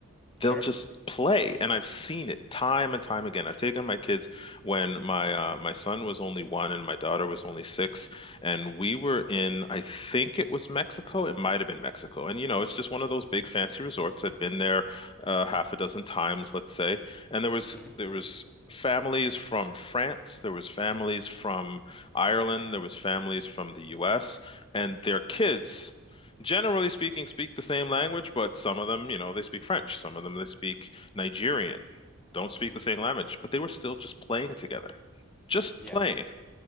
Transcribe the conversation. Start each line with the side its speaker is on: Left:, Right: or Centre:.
Left: they'll
Centre: Sure.
Left: just play and I've seen it time and time again. I've taken my kids when my uh, my son was only one and my daughter was only six and we were in I think it was Mexico. It might have been Mexico. And you know, it's just one of those big fancy resorts. I'd been there uh, half a dozen times, let's say. And there was
Centre: Mm-hmm.
Left: there was families from France, there was families from Ireland, there was families from the US and their kids generally speaking, speak the same language, but some of them, you know, they speak French. Some of them, they speak Nigerian. Don't speak
Centre: Mm-hmm.
Left: the same language, but they were still just playing together. Just
Centre: Yeah.
Left: playing,